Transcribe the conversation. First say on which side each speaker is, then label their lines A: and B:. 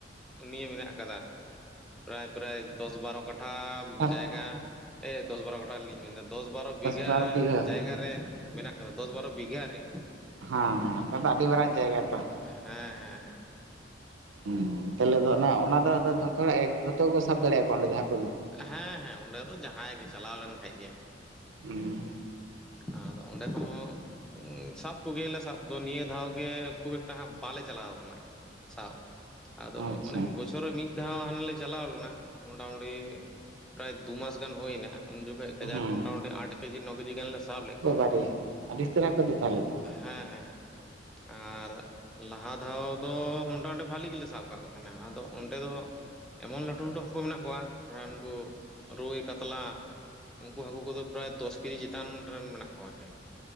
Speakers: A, in the centre; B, on the right.
A: ᱱᱤᱭᱟᱹ ᱢᱮᱱᱟᱜ ᱟᱠᱟᱫᱟ ᱯᱨᱟᱭ ᱯᱨᱟᱭ ᱫᱚᱥ ᱵᱟᱨᱚ ᱠᱟᱴᱷᱟ
B: ᱦᱮᱸ
A: ᱡᱟᱭᱜᱟ ᱮ ᱫᱚᱥ ᱵᱟᱨᱚ ᱠᱟᱴᱷᱟ ᱞᱤᱝ ᱢᱮᱱᱫᱟ ᱫᱚᱥ ᱵᱟᱨᱚ ᱵᱤᱜᱷᱟ
B: ᱵᱟᱨ ᱵᱤᱜᱷᱟᱹ
A: ᱡᱟᱭᱜᱟ ᱨᱮ ᱢᱮᱱᱟᱜ ᱠᱟᱫᱟ ᱫᱚᱥ ᱵᱟᱨᱚ ᱵᱤᱜᱷᱟ ᱨᱮ
B: ᱦᱚᱸ ᱦᱚᱸ ᱟᱫᱚ <unintelligible> ᱟᱹᱰᱤ ᱢᱟᱨᱟᱝ ᱡᱟᱭᱜᱟ ᱛᱚ
A: ᱦᱮᱸ ᱦᱮᱸ ᱦᱮᱸ᱾
B: ᱦᱮᱸ ᱛᱟᱦᱚᱞᱮ ᱫᱚ ᱚᱱᱟ ᱚᱱᱟ ᱫᱚ ᱫᱷᱚᱛᱚᱲᱟ ᱮ ᱫᱷᱚᱛᱚ ᱠᱩ ᱥᱟᱵ ᱫᱟᱲᱮᱭᱟ ᱠᱩᱣᱟ ᱚᱸᱰᱮ ᱦᱟᱹᱠᱩ ᱫᱚ
A: ᱦᱮᱸ ᱦᱮᱸ ᱚᱸᱰᱮ ᱫᱚ ᱡᱟᱦᱟᱸᱭ ᱜᱮ ᱪᱟᱞᱟᱣ ᱞᱮᱱ ᱠᱷᱟᱡ ᱜᱮ
B: ᱦᱩᱸ
A: ᱟᱫᱚ ᱚᱸᱰᱮ ᱦᱚᱸ ᱩᱸᱜ ᱥᱟᱵ ᱠᱩᱜᱮᱭᱟᱞᱮ ᱥᱟᱵ ᱫᱚ ᱱᱤᱭᱟᱹ ᱫᱷᱟᱣ ᱜᱮ ᱠᱷᱩᱵ ᱮᱠᱴᱟ ᱦᱟᱸᱜ ᱵᱟᱞᱮ ᱪᱟᱞᱟᱣ ᱠᱟᱱᱟ ᱥᱟᱵ ᱟᱫᱚ
B: ᱟᱪᱪᱷᱟ
A: ᱚᱱᱮ ᱵᱚᱪᱷᱚᱨ ᱨᱮ ᱢᱤᱫ ᱫᱷᱟᱣ ᱦᱟᱱᱮ ᱞᱮ ᱪᱟᱞᱟᱣ ᱞᱮᱱᱟ, ᱢᱚᱴᱟᱢᱩᱴᱤ ᱯᱨᱟᱭ ᱫᱩᱢᱟᱥ ᱜᱟᱱ ᱦᱩᱭᱱᱟ ᱩᱱ ᱡᱚᱠᱷᱟᱡ ᱠᱟᱡᱟᱠ
B: ᱦᱮᱸ
A: ᱢᱚᱴᱟᱢᱩᱴᱤ ᱟᱴ ᱠᱮᱡᱤ ᱱᱚ ᱠᱮᱡᱤ ᱜᱟᱱ ᱞᱮ ᱥᱟᱵ ᱞᱮᱫ ᱠᱚᱣᱟ
B: ᱵᱟᱵᱟᱨᱮ ᱟᱹᱰᱤ ᱩᱥᱛᱟᱹᱨ ᱦᱟᱹᱠᱩ ᱫᱚ ᱛᱟᱦᱚᱞᱮ ᱛᱚ
A: ᱦᱮᱸ ᱦᱮᱸ ᱦᱮᱸ ᱮᱸᱫ ᱟᱨ ᱞᱟᱦᱟ ᱫᱷᱟᱣ ᱫᱚ ᱢᱚᱴᱟᱢᱩᱴᱤ ᱵᱷᱟᱹᱞᱤ ᱜᱮᱞᱮ ᱥᱟᱵ ᱟᱠᱟᱫ ᱠᱩ ᱛᱟᱦᱮᱱᱟ, ᱟᱫᱚ ᱚᱸᱰᱮ ᱫᱚ ᱮᱢᱚᱱ ᱞᱟᱹᱴᱩ ᱞᱟᱹᱴᱩ ᱦᱟᱹᱠᱩ ᱢᱮᱱᱟᱜ ᱠᱩᱣᱟ ᱯᱨᱟᱭ ᱩᱱᱠᱩ ᱨᱩᱭ ᱠᱟᱛᱞᱟ ᱩᱝᱠᱩ ᱦᱟᱹᱠᱩ ᱠᱩᱫᱚ ᱯᱨᱟᱭ ᱫᱚᱥ ᱠᱮᱡᱤ ᱪᱮᱛᱟᱱ ᱨᱮᱱ ᱢᱮᱱᱟᱜ ᱠᱚᱣᱟ ᱮᱠᱮᱱ